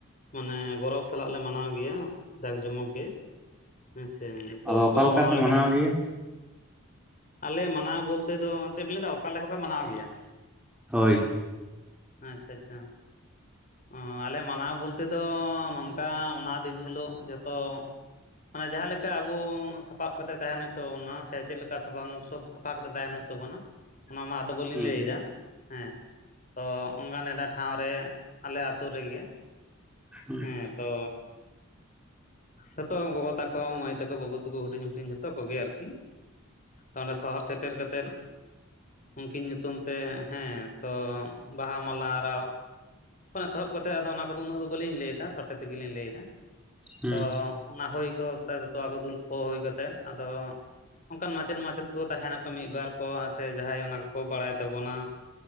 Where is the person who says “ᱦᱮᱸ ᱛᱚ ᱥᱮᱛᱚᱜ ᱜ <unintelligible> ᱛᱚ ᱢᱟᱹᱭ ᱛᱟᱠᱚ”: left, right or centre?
Left